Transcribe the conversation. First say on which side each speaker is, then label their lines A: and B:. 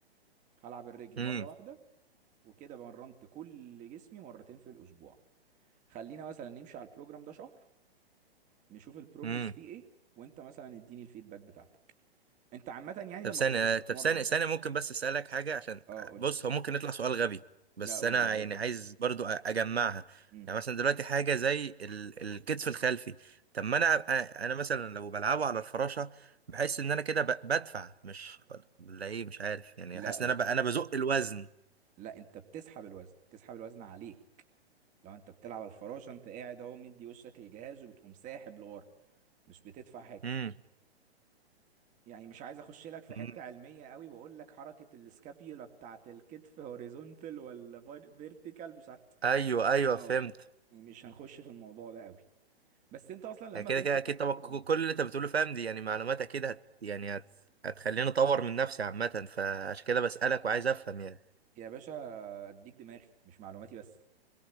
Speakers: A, on the right; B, on the right.
A: هلعب الرجل
B: امم
A: مره واحده وكده مرنت كل جسمي مرتين في الاسبوع خلينا مثلا نمشي على البروجرام ده شهر نشوف البروجرس
B: امم
A: فيه ايه وانت مثلا اديني الفيدباك بتاعتك انت عامة يعني
B: طب
A: لما
B: ثانية
A: كنت بتتمرن
B: طب ثانية ثانية ممكن بس اسألك حاجة عشان
A: اه قول
B: بص
A: لي
B: هو ممكن يطلع سؤال غبي بس
A: لا قول
B: انا
A: لي عادي
B: يعني عايز برضو أ- اجمعها
A: امم
B: يعني مثلا دلوقتي حاجة زي ال- الكتف الخلفي طب ما انا أ- انا مثلا لو بلعبه على الفراشة بحس ان انا كده ب- بدفع مش ولا ايه مش عارف يعني
A: لا
B: حاسس
A: لا
B: ان انا ب- انا بزق الوزن
A: لا انت بتسحب الوزن بتسحب الوزن عليك لو انت بتلعب على الفراشة انت قاعد اهو مدي وشك للجهاز وبتقوم ساحب لورا مش بتدفع حاجة
B: امم
A: يعني مش عايز اخش لك في
B: امم
A: حتة علمية قوي واقول لك حركة السكابيولا بتاعت الكتف هوريزونتال ولا فيرتيكال مش عارف
B: ايوه ايوه
A: اه
B: فهمت
A: يعني مش هنخش في الموضوع ده قوي بس انت اصلا لما
B: يعني كده
A: كنت
B: كده
A: بتتمرن
B: اكيد طبعا ك- كل اللي انت بتقوله فاهم دي يعني معلومات اكيد هت يعني هت... هتخليني اطور من نفسي عامه فعشان كده بسالك وعايز افهم يعني
A: يا باشا اديك دماغي مش معلوماتي بس